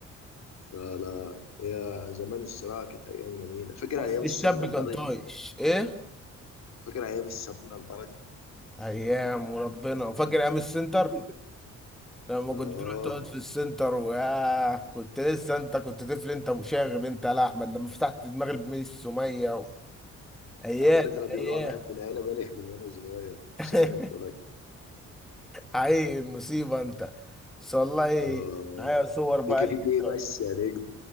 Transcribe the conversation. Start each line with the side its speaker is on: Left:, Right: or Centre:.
Left: لا لا يا زمان الصراع كانت أيام جميلة فاكر
Centre: بس
Left: أيام السمنة
Centre: الشاب
Left: البلدي
Centre: كان طايش ايه
Left: فاكر أيام السمنة البلدي
Centre: ايام وربنا وفاكر ايام السنتر لما
Left: آه
Centre: كنت تروح تقعد في السنتر وياه كنت لسه انت كنت طفل انت مشاغب انت يا لا احمد لما فتحت دماغ الميس سميه و... ايام
Left: يا عم ده أنا بيقولوا
Centre: ايام
Left: عليا في العيلة بالغ من وأنا صغير
Centre: <laughs>
Left: مش ساعة ما اتولدت
Centre: عيل مصيبه انت بس والله
Left: آه
Centre: معايا صور بقى
Left: نيجي فيك
Centre: ليك انت
Left: إيه بس يا نجم